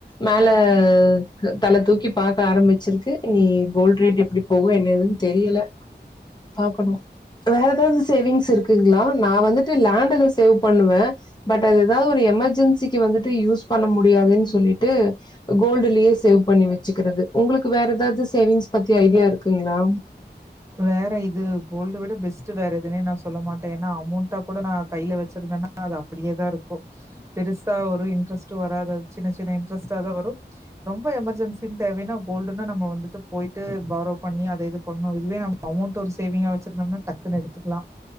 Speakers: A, on the left; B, on the right.
A: மேல கு தல தூக்கி பாக்க ஆரம்பிச்சிருக்கு இனி கோல்ட ரேட் எப்டி போகு என்ன ஏதுன் தெரில பாக்கணு வேற எதாவது சேவிங்ஸ் இருக்குங்களா நா வந்துட்டு லேண்டல சேவ் பண்ணுவே பட் அது எதாவ ஒரு எமர்ஜென்சிக்கு வந்துட்டு யூஸ் பண்ண முடியாதுன்னு சொல்லிட்டு கோல்டுலயே சேவ் பண்ணி வச்சுக்கிறது உங்களுக்கு வேற எதாவது சேவிங்ஸ் பத்தி ஐடியா இருக்குங்களா
B: வேற இது கோல்டு விட பெஸ்ட்ட் வேற எதுனே நா சொல்ல மாட்டே ஏன்னா அமெண்டா கூட நா கைல வச்சிருந்தேன்னா அது அப்டியேதா இருக்கு பெருசா ஒரு இன்ட்ரெஸ்ட்டு வராது சின்ன சின்ன இன்ட்ரெஸ்ட்டா தா வரு ரொம்ப எமர்ஜென்சின் தேவைனா கோல்டுன்னா நம்ம வந்துட்டு போயிட்டு ஃபாலோ பண்ணி அத வந்து இது பண்ணு அது துவே அமௌண்ட் ஒரு சேவிங்க வச்சிருதோம்ன்ன டக்குனு எடுதுக்கலா